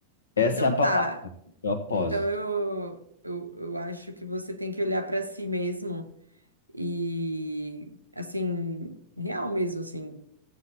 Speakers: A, on the left (about 70°); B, on the right (about 80°).
A: Essa
B: Então
A: é a palavra,
B: tá.
A: propósito.
B: Então eu, eu, eu acho que você tem que olhar para si mesmo e assim, real mesmo, assim,